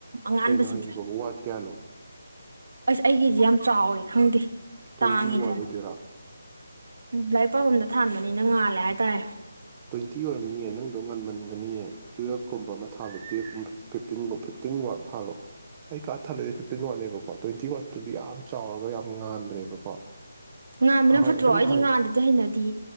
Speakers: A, on the right; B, on the right.
A: ꯑꯉꯥꯟꯕꯁꯤꯗꯤ
B: ꯀꯩꯅꯣ ꯍꯥꯏꯁꯤꯕꯣ ꯋꯥꯠ ꯀꯌꯥꯅꯣ
A: ꯑꯁ ꯑꯩꯒꯤꯁꯤ ꯌꯥꯝ ꯆꯥꯎꯋꯤ ꯈꯪꯗꯦ
B: ꯇ꯭ꯋꯦꯟꯇꯤ
A: ꯇꯥꯡꯉꯤ
B: ꯋꯥꯠ
A: ꯗꯨꯅ
B: ꯑꯣꯏꯗꯣꯏꯔꯥ
A: ꯎꯝ ꯂꯥꯏꯔꯤꯛ ꯄꯥꯐꯝꯗ ꯊꯥꯟꯕꯅꯤꯅ ꯉꯥꯜꯂꯦ ꯍꯥꯏꯇꯥꯔꯦ
B: ꯇ꯭ꯋꯦꯟꯇꯤ ꯑꯣꯏꯔꯝꯅꯤꯌꯦ ꯅꯪꯗꯣ ꯉꯟꯃꯟꯒꯅꯤꯌꯦ ꯇꯨꯌꯦꯜꯐꯀꯨꯝꯕ ꯑꯃ ꯊꯥꯂꯣ ꯇꯨꯌꯦꯜꯐꯀꯨꯝꯕ ꯐꯤꯚꯇꯤꯟ ꯒꯨꯝ ꯐꯤꯚꯇꯤꯟ ꯋꯥꯔꯗ ꯊꯥꯂꯣ ꯑꯩ ꯀ ꯊꯥꯜꯂꯤ ꯐꯤꯚꯇꯤꯟ ꯋꯥꯠꯅꯦꯕꯀꯣ ꯇ꯭ꯋꯦꯟꯇꯤ ꯋꯥꯠꯇꯨꯗꯤ ꯌꯥꯝ ꯆꯥꯎꯔꯒ ꯌꯥꯝ ꯉꯥꯟꯕꯅꯦꯕꯀꯣ
A: ꯉꯥꯟꯕꯅ
B: ꯑꯍꯣꯏ
A: ꯐꯠꯇ꯭ꯔꯣ
B: ꯑꯗꯨꯝ
A: ꯑꯩꯗꯤ
B: ꯊꯥꯡ
A: ꯉꯥꯟꯗꯗꯤ ꯍꯩꯅꯗꯤ